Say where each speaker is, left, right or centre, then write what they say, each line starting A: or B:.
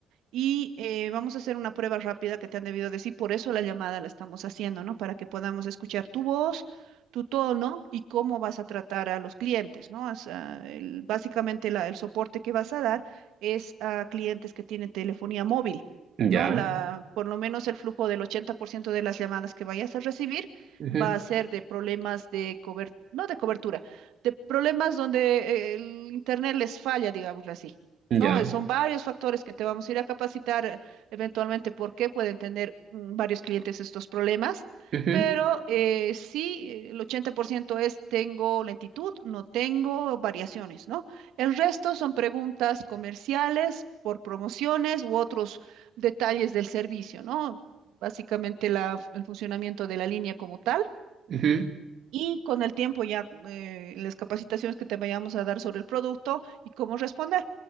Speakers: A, on the right; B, on the right.
A: y eh, vamos a hacer una prueba rápida que te han debido decir, por eso la llamada la estamos haciendo, ¿no? Para que podamos escuchar tu voz, tu tono y cómo vas a tratar a los clientes, ¿no? O sea, el- básicamente la- el soporte que vas a dar es a clientes que tienen telefonía móvil.
B: Ya,
A: ¿No? La, por lo menos el flujo del 80% de las llamadas que vayas a recibir
B: ujú,
A: va a ser de problemas de cobertura, no de cobertura, de problemas donde eh, el internet les falla, digámoslo así.
B: ya,
A: No, eh, son varios factores que te vamos a ir a capacitar eh, eventualmente porque pueden tener mm, varios clientes estos problemas,
B: ujú,
A: pero eh, sí, eh, el 80% es tengo lentitud, no tengo variaciones, ¿no? El resto son preguntas comerciales por promociones u otros detalles del servicio, ¿no? Básicamente la- el funcionamiento de la línea como tal.
B: ujú,
A: Y con el tiempo ya eh, las capacitaciones que te vayamos a dar sobre el producto y cómo responder.